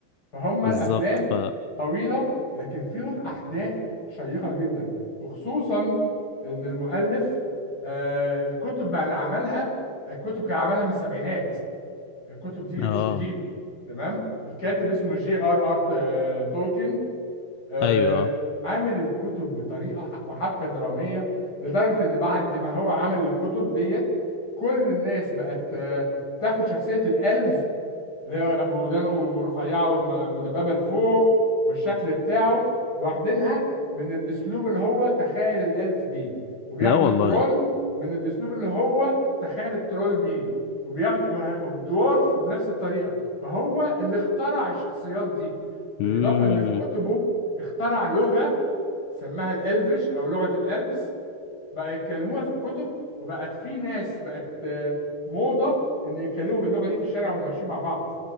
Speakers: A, on the left (about 50°); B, on the left (about 85°).
A: فهم
B: بالظبط
A: الافلام
B: ف
A: طويله لكن فيهم احداث شيقه جدا وخصوصا ان المؤلف آه الكتب اللي عملها الكتب كان عملها من السبعينات الكتب دي
B: اه
A: مش جديده تمام الكاتب اسمه جي ار ار ت- تولكن آه،
B: ايوه
A: عامل الكتب بطريقه ح- وحبكه دراميه لدرجه ان بعد ما هو عمل الكتب ديت كل الناس بقت آه، تاخد شخصيه الالف اللي هو ابو ودانه رفيعه ومدببه لفوق والشكل بتاعه واخدينها من الاسلوب اللي هو تخيل الالف بيه وبياخدوا
B: لا والله
A: الترول من الاسلوب اللي هو تخيل الترول بيه وبياخدوا والدورف بنفس الطريقه فهو اللي اخترع الشخصيات دي بالاضافه
B: امم
A: ان في كتبه اخترع لغه سماها الالفش او لغه الالفز بقى يتكلموها في الكتب وبقت في ناس بقت آه، موضه ان يتكلموا باللغه دي في الشارع وهم ماشيين مع بعض